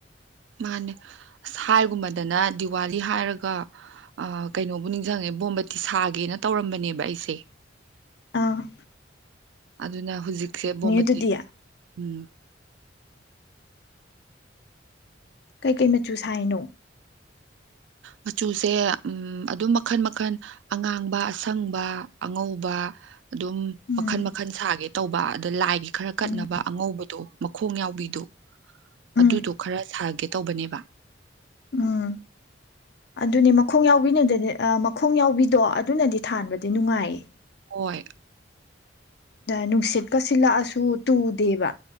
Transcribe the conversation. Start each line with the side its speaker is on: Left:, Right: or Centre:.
Right: ꯃꯥꯅꯦ ꯑꯁ ꯍꯥꯏꯒꯨꯝꯕꯗꯅ ꯗꯤꯋꯥꯂꯤ ꯍꯥꯏꯔꯒ ꯀꯩꯅꯣꯕꯨ ꯅꯤꯡꯁꯤꯡꯉꯦ ꯕꯣꯝꯕꯇꯤ ꯁꯥꯒꯦꯅ ꯇꯧꯔꯝꯕꯅꯦꯕ ꯑꯩꯁꯦ
Left: ꯑ
Right: ꯑꯗꯨꯅ ꯍꯧꯖꯤꯛꯁꯦ ꯕꯣꯝꯕꯇꯤ
Left: ꯑꯗꯨꯗꯤ
Right: ꯎꯝ
Left: ꯀꯩꯀꯩ ꯃꯆꯨ ꯁꯥꯏꯅꯣ
Right: ꯃꯆꯨꯁꯦ ꯑꯝ ꯑꯗꯨꯝ ꯃꯈꯜ ꯃꯈꯜ ꯑꯉꯥꯡꯕ ꯑꯁꯪꯕ ꯑꯉꯧꯕ ꯑꯗꯨꯝ
Left: ꯎꯝ
Right: ꯃꯈꯜ ꯃꯈꯜ ꯁꯥꯒꯦ ꯇꯧꯕ ꯑꯗ ꯂꯥꯏꯒꯤ ꯈꯔ ꯀꯠꯅꯕ
Left: ꯎꯝ
Right: ꯑꯉꯧꯕꯗꯣ ꯈꯣꯡ ꯌꯥꯎꯕꯤꯗꯣ
Left: ꯎꯝ
Right: ꯑꯗꯨꯗꯣ ꯈꯔ ꯁꯥꯒꯦ ꯇꯧꯕꯅꯦꯕ
Left: ꯎꯝ ꯑꯗꯨꯅꯦ ꯃꯈꯣꯡ ꯌꯥꯎꯕꯤꯅꯗꯅꯦ ꯃꯈꯣꯡ ꯌꯥꯎꯕꯤꯗꯣ ꯑꯗꯨꯅꯗꯤ ꯊꯥꯟꯕꯗꯤ ꯅꯨꯡꯉꯥꯏꯌꯦ
Right: ꯑꯣꯏꯣꯏ
Left: ꯅꯨꯡꯁꯤꯠꯀ ꯁꯤꯜꯂꯛꯑꯁꯨ ꯇꯨꯗꯦꯕ